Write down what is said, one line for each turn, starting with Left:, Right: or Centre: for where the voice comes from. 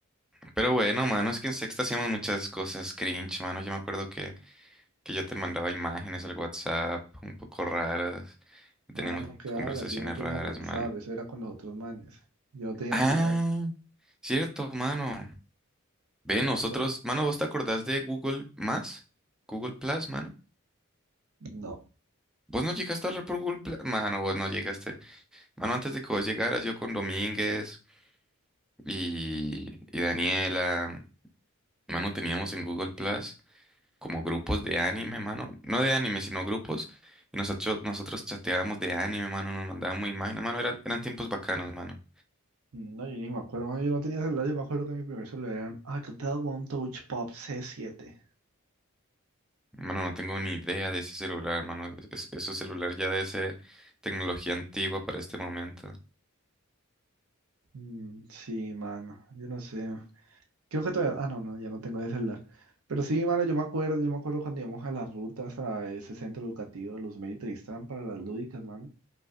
Centre: Pero bueno, mano, es que en sexta hacíamos muchas cosas cringe, mano. Yo me acuerdo que, que yo te mandaba imágenes al WhatsApp un poco raras.
Right: Mano,
Centre: Teníamos
Right: ¿qué hablas?
Centre: conversaciones
Right: Yo no tenía
Centre: raras,
Right: WhatsApp,
Centre: mano.
Right: eso era con los otros manes. Yo no tenía
Centre: Ah,
Right: celular,
Centre: cierto, mano. Ve,
Right: me
Centre: nosotros,
Right: acuerdo.
Centre: mano, ¿vos te acordás de Google Más? Google Plus, mano.
Right: No.
Centre: ¿Vos no llegaste a hablar por Google Plus? Mano, vos no llegaste. Mano, antes de que vos llegaras, yo con Domínguez y, y Daniela. Mano, teníamos en Google Plus como grupos de anime, mano. No de anime, sino grupos. Y nosotros, nosotros chateábamos de anime, mano. Nos mandábamos imágenes, mano. Eran, eran tiempos bacanos, mano.
Right: No, yo ni me acuerdo. mano, Yo no tenía celular, yo me acuerdo que mi primer celular era un Alcatel One Touch Pop c siete
Centre: Mano, no tengo ni idea de ese celular, mano. Es- ese celular ya debe ser tecnología antigua para este momento.
Right: Mm, sí, mano, yo no sé. Creo que todavía... Ah, no, no, ya no tengo ese celular. Pero sí, mano, yo me acuerdo, yo me acuerdo cuando íbamos a las rutas a ese centro educativo de los Méritos estaban para las lúdicas, mano.